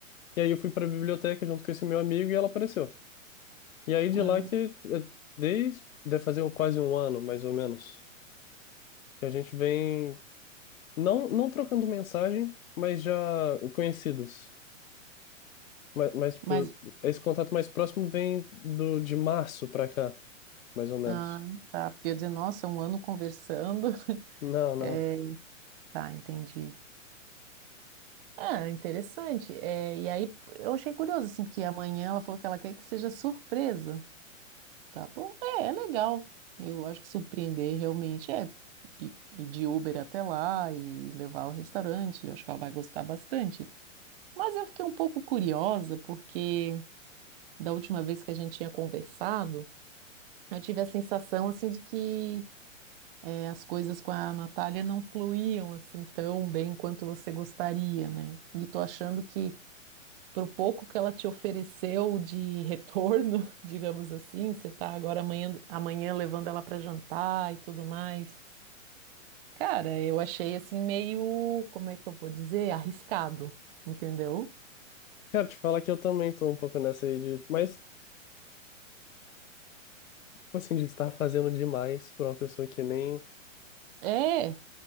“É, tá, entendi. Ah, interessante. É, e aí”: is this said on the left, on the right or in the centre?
Right